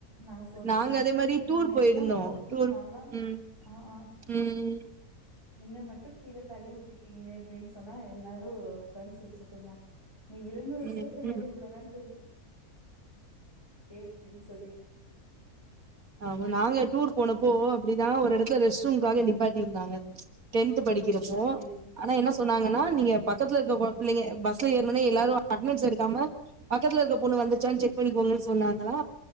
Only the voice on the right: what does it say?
நாங்க அதே மாதிரி டூர்
போயிருந்தோம்
டூர்
உம்
உம் உம் உம்
ம்
ம்
ஆமா நாங்க டூர் போனப்போ இப்படிதா ஒரு இடத்துல ரெஸ்ட் ரூம்காக நிப்பாட்டி இருந்தாங்க டென்த் படிக்க ரப்போ
ஆனா என்ன சொன்னாங்கன்னா நீங்க பக்கத்தில இருக்க பிள்ளைங்க பஸ்ல ஏறுனோ நே எல்லாரும் அட்னன்ஸ் எடுக்காம பக்கத்துல இருக்க பொண்ணு வந்துட்டு ச்சா செக் பண்ணிக்கோங்கு சொன்னாங்களா